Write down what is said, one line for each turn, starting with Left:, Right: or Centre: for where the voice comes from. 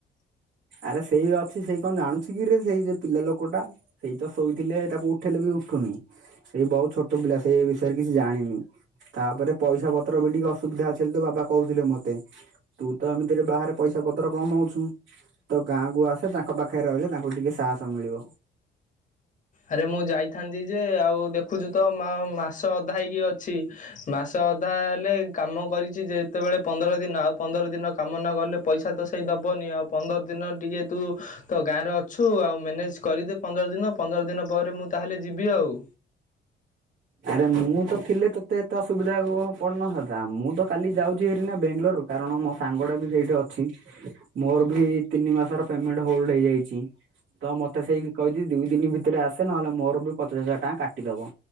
Right: ଆରେ ସେଇ ଅଛି ସେଇ କଣ ଜାଣୁଛି କିରେ ସେଇ ଯେ ପିଲା ଲୋକ ଟା। ସେଇ ତ ଶୋଇଥିଲେ ତାକୁ ଉଠେଇଲେ ବି ଉଠୁନି। ସେଇ ବହୁତ ଛୋଟ ପିଲା ସେଇ ବିଷୟରେ କିଛି ଜାଣିନି। ତାପରେ ପଇସା ପତ୍ର ବି ଟିକେ ଅସୁବିଧା ଅଛି ତ ବାବା କହୁଥିଲେ ମତେ। ତୁ ତ ଏମିତିରେ ବାହାରେ ପଇସା ପତ୍ର କମାଉଛୁ। ତ ଗାଁକୁୁ ଆସେ ତାଙ୍କ ପାଖରେ ରହିଲେ ତାଙ୍କୁ ଟିକେ ସାହସ ମିଳିବ।
Left: ଆରେ ମୁଁ ଯାଇଥାନ୍ତି ଯେ ଆଉ ଦେଖୁଛୁ ତ ମା ମାସ ଅଧା ହେଇକି ଅଛି। ମାସ ଅଧା ହେଲେ କାମ କରିଛି ଯେ ଯେତେବେଳେ ପନ୍ଦର ଦିନ ଆଉ ପନ୍ଦର ଦିନ କାମ ନଗଲେ ପଇସା ତ ସେଇ ଦବନି ଆଉ ପନ୍ଦର ଦିନ ଟିକେ ତୁ ତ ଗାଁରେ ଅଛୁ ଆଉ ମ୍ୟାନେଜ୍ କରିଦେ ପନ୍ଦର ଦିନ ପନ୍ଦର ଦିନ ପରେ ମୁଁ ତାହେଲେ ଯିବି ଆଉ।
Right: ଆରେ ମୁଁ ତ ଥିଲେ ତୋତେ ଏତେ ଅସୁବିଧା ପଡିନଥା ମୁଁ ତ କାଲି ଯାଉଛି ହେରି ନା ବେଙ୍ଗାଲୋରୁ କାରଣ ମୋ ସାଙ୍ଗଟା ବି ସେଇଠି ଅଛି। ମୋର ବି ତିନି ମାସର ପେମେଣ୍ଟ ହୋଲଡ ହେଇଯାଇଛି। ତ ମତେ ସେଇକି କହିଛି ଦି ଦିନ ଭିତରେ ଆସେ ନହେଲେ ମୋର ବି ପଚାଶ ହଜାର ଟଙ୍କା କାଟିଦବ।